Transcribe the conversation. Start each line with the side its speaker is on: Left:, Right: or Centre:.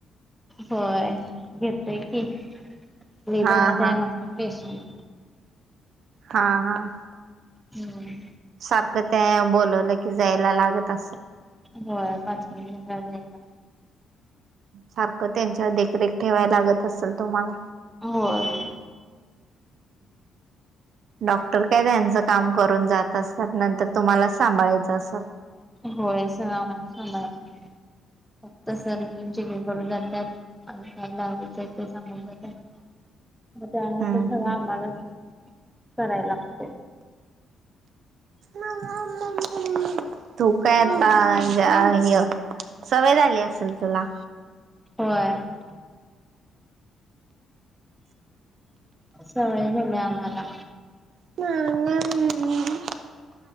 Centre: होय घेतो की, लय
Right: हा
Centre: दमवतोय
Right: हा
Centre: आम्हा हे टेशन
Right: हा हा आं
Centre: ह्म्म ह्म
Right: सारखं त्या बोलवलं की जायला लागत असं
Centre: होय पाच महिने झाले ह्यांना
Right: सारखं त्यांच्यावर देखरेख ठेवायला लागत असेल तुम्हाला?
Centre: होय..
Right: डॉक्टर काय त्यांचं काम करून जात असतील. मग नंतर तुम्हालाच सांभाळायचं असलं.
Centre: होय सगळ आम्हालाच सांभाळायला लागतय. फक्त सर येऊन चेकिंग करून जातत्यात आणि काय लावीचा आहे ते सांगून जातय. म त्यानंतर
Right: हम्म
Centre: सगळं
Right: हम्म.
Centre: आम्हालाच कराय लागते.
Right: मम्मा मम् मम् मम्मी तू काय आता ज आ हे आता सवय झाली असेल तुला.
Centre: <unintelligible> सवय झालेयं आम्हाला.
Right: <unintelligible>